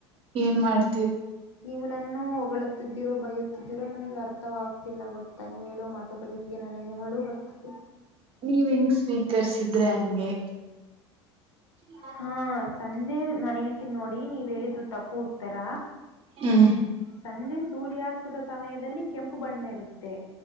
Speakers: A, on the right; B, on the left.
A: ಏನ್ ಮಾಡ್ತ
B: ನೀವು ನನ್ನ ಹೊಗಳುತ್ತಿದ್ದ <unintelligible> ರೋ ಬೈಯುತ್ತಿದ್ದಿರೋ ನನಗೆ ಅರ್ಥವಾಗ್ತಿಲ್ಲ ಗೊತ್ತಾ ನೀವು ಹೇಳೋ ಮಾತುಗಳಿಗೆ ನನಗೆ ಹಳು ಬರ್ತಿದೆ.
A: ನೀವ್ ಹೆಂಗ್ ಸ್ವೀಕರ್ಸಿದ್ರೆ ಹಂಗೆ. ಹ <inaudible>
B: ಹಾ ಸಂಜೆ ನಾನ್ ಹೇಳ್ತೀನಿ ನೋಡಿ ನೀವ್ ಹೇಳಿದ್ದು ತಪ್ಪು ಉತ್ತರ.
A: ಹ್ಮ್
B: ಸಂಜೆ ಸೂರ್ಯಾಸ್ತದ ಸಮಯದಲ್ಲಿ ಕೆಂಪು ಬಣ್ಣ ಇರುತ್ತೆ.